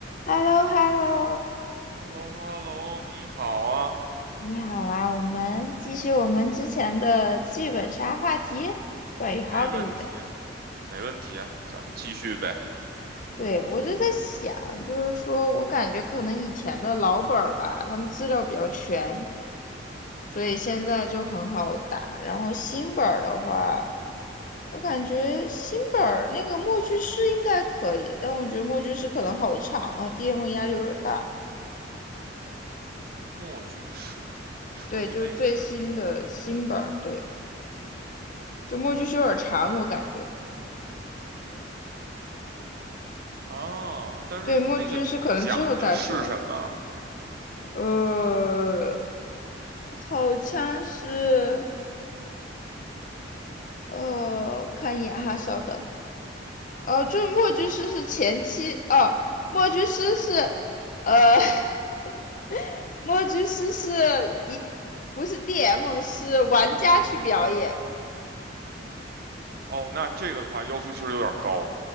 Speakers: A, on the left; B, on the right.
A: h e l l o h e l l o
B: h e l l o h e l l o 你好啊，
A: 你好啊，我们继续我们之前的剧本杀话题，关于
B: 没问题啊，
A: hobby 的。
B: 没问题啊，咱们继续呗。
A: 对，我就在想，就是说我感觉可能以前的老本儿吧，他们资料比较全，所以现在就很好打。然后新本儿的话，我感觉新本儿那个默剧师应该可以，但我觉得默剧师可能好长啊，DM 压力有点大。
B: 默剧诗说的那个是什么
A: 对，就是最新的新本儿，对，就默剧师有点长，我感觉。
B: 啊？但是那个讲的是什么？
A: 对，墨剧是可能之后再说了。呃，好像是，呃，看一眼哈，稍等。呃，就是墨剧师是前期，
B: 对，
A: 哦，墨剧师是，呃，<laughs> 默剧师是一，不是 DM，是玩家去表演。
B: 哦，那这个的话要求其实有点高。